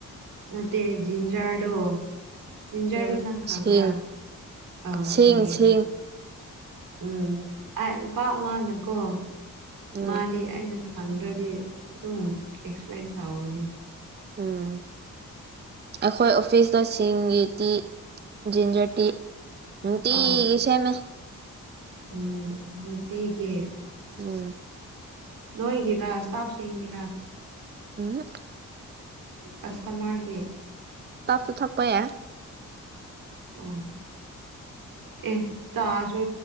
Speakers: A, on the right; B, on the right.
A: ꯅꯠꯇꯦ ꯖꯤꯟꯖ꯭ꯔꯗꯣ ꯖꯤꯟꯖ꯭ꯔꯗꯨ
B: ꯎꯝ
A: ꯅꯪ ꯈꯪꯕ꯭ꯔꯥ
B: ꯁꯤꯡ
A: ꯑꯣ
B: ꯁꯤꯡ
A: ꯁꯤ ꯏꯪ꯫
B: ꯁꯤꯡ
A: ꯎꯝ ꯑꯥꯏ ꯅꯨꯄꯥ ꯑꯃꯥꯅꯀꯣ
B: ꯎꯝ
A: ꯃꯥꯗꯤ ꯑꯩꯅ ꯈꯪꯗ꯭ꯔꯗꯤ ꯑꯗꯨꯝ ꯑꯦꯛꯁꯄ꯭ꯂꯦꯟ ꯇꯧꯕꯅꯤ꯫
B: ꯎꯝ ꯑꯩꯈꯣꯏ ꯑꯣꯐꯤꯁ ꯇꯁꯤꯡꯒꯤꯗꯤ ꯖꯤꯟꯖꯔ ꯇꯤ ꯅꯨꯡꯇꯤꯒꯤ
A: ꯑ
B: ꯁꯦꯝꯃꯦ꯫
A: ꯎꯝ ꯅꯨꯡꯇꯤꯒꯤ꯫
B: ꯎꯝ
A: ꯅꯣꯏꯒꯤꯔꯥ ꯁ꯭ꯇꯥꯞꯁꯤꯡꯒꯤꯔꯥ?
B: ꯎꯝꯍꯨꯡ
A: ꯀꯁꯇꯃꯔꯒꯤ꯫
B: ꯁ꯭ꯇꯥꯞꯁꯨ ꯊꯛꯄ ꯌꯥꯏ꯫
A: ꯎꯝ ꯑꯦ ꯆꯥꯁꯨ